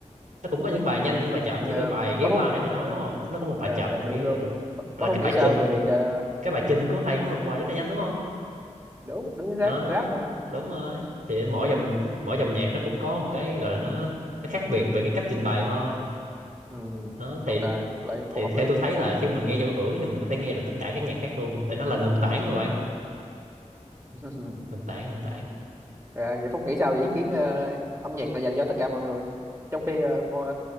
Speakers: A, on the right; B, on the right.
A: nó cũng có những bài nhanh những bài chậm
B: à
A: như cái bài
B: bác
A: ghé qua
B: Phúc
A: nãy thầy nói đúng không nó có một bài
B: à,
A: chậm
B: phải-
A: kiểu
B: đúng đúng
A: vậy
B: đúng bác
A: là
B: Phúc
A: cái
B: nghĩ
A: bài
B: sao
A: trình
B: về việc ờ,
A: cái bài Chinh của thầy cũng là một bài rất là nhanh đúng không
B: đúng đúng chính
A: ờ
B: xác rap mà
A: đúng rồi thì mỗi
B: ừ.
A: dòng mỗi dòng nhạc nó cũng có một cái gọi là nó nó khác biệt về cái cách trình bày thôi
B: Ừ.
A: Đó,
B: ok
A: thì
B: hợp lý
A: thì
B: cũng hợp
A: theo
B: lý
A: tôi thấy là khi mà nghe giao hưởng thì mình có thể nghe được tất cả các nhạc khác luôn tại nó là nền tảng mà bạn
B: <laughs>
A: nền tảng nền tảng
B: Rồi, vậy Phúc nghĩ sao về ý kiến ờ, âm nhạc là dành cho tất cả mọi người trong khi ờ, mọi,